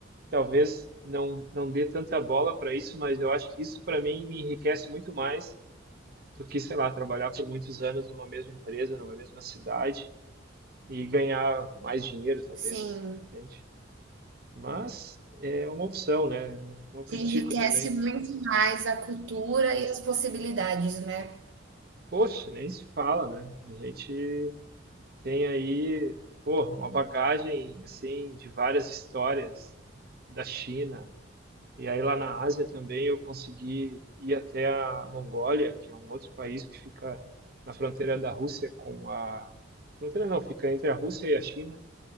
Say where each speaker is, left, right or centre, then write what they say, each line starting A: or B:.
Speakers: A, on the right (about 50°); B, on the right (about 70°).
A: talvez não, não dê tanta bola para isso, mas eu acho que isso para mim me enriquece muito mais do que, sei lá, trabalhar por muitos anos numa mesma empresa, numa mesma cidade e ganhar mais dinheiro, talvez,
B: Sim,
A: entende? Mas é uma opção, né? Eu Não critico
B: que enriquece
A: também.
B: muito mais a cultura e as possibilidades, né?
A: Poxa, nem se fala, né? A gente tem aí, pô, uma bagagem assim de várias histórias da China. E aí lá na Ásia também eu consegui ir até a Mongólia, que é um outro país que fica na fronteira da Rússia com a, a fronteira não, fica entre a Rússia e a China.